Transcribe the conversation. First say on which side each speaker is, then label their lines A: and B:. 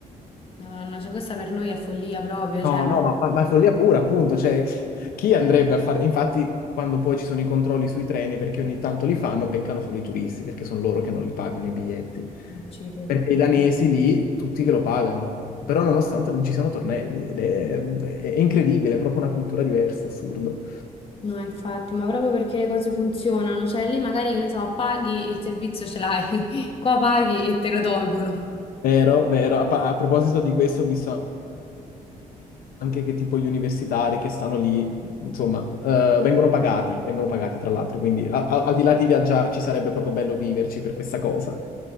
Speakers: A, on the left (about 40°); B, on the left (about 80°).
A: Madonna, cioè questa per noi è follia proprio,
B: No,
A: cioè
B: no, ma, ma, ma è follia pura, appunto, cioè, <laughs> chi andrebbe a fare... Infatti, quando poi ci sono i controlli sui treni, perché ogni tanto li fanno, beccano solo i turisti, perché sono loro che non li pagano i biglietti.
A: non ci credo.
B: Perché i danesi lì, tutti che lo pagano, però nonostante non ci siano tornelli, ed è, è incredibile, è proprio una cultura diversa, assurdo.
A: No, infatti, ma proprio perché le cose funzionano, cioè lì magari, che ne so, paghi e il servizio ce l'hai, <laughs> qua paghi e te lo tolgono.
B: Vero, vero. A, pa- a proposito di questo, ho visto anche che tipo gli universitari che stanno lì, insomma, eh, vengono pagati, vengono pagati tra l'altro, quindi a- a- al di là di viaggiarci sarebbe proprio bello viverci per questa cosa.